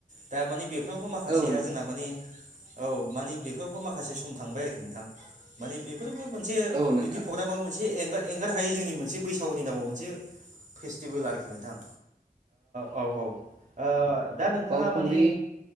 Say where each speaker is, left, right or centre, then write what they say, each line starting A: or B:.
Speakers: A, on the right; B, on the right.
A: दा माने बे फ्रावबो माखासेया
B: औ नोंथां
A: जोंना माने औ माने बेफोरावबो माखासे सम थांबाय आरोखि नोंथां माने बेफोरबो मोनसे
B: औ नोंथां
A: बिदि प्रग्रामाव मोनसे <unintelligible> एंगार हायै जोंनि मोनसे बैसागुनि नामाव मोनसे फेस टिबोल आरोखि नोंथां औ औ आ दा नोंथाङा
B: बावखुंग्रि
A: माने